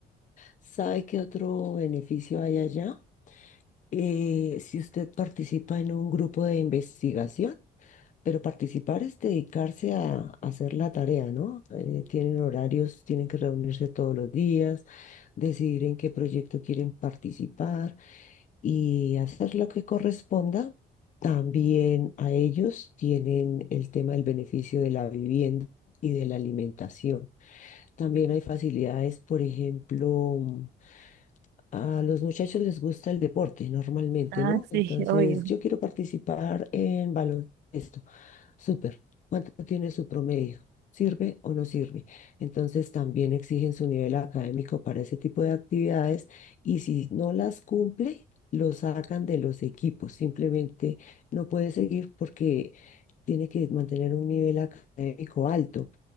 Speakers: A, on the left (about 50°); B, on the right (about 85°).
A: ¿sabe qué otro beneficio hay allá? Eh, si usted participa en un grupo de investigación, Pero participar es dedicarse a, a hacer la tarea, ¿no? Eh, tienen horarios, tienen que reunirse todos los días, decidir en qué proyecto quieren participar y hacer lo que corresponda. También a ellos tienen el tema del beneficio de la vivienda y de la alimentación. También hay facilidades, por ejemplo, a los muchachos les gusta el deporte normalmente,
B: Ah,
A: ¿no?
B: sí,
A: Entonces,
B: obvio.
A: yo quiero participar en baloncesto. Súper. ¿Cuánto tiene su promedio? ¿Sirve o no sirve? Entonces también exigen su nivel académico para ese tipo de actividades y si no las cumple, lo sacan de los equipos. Simplemente no puede seguir porque tiene que mantener un nivel académico alto.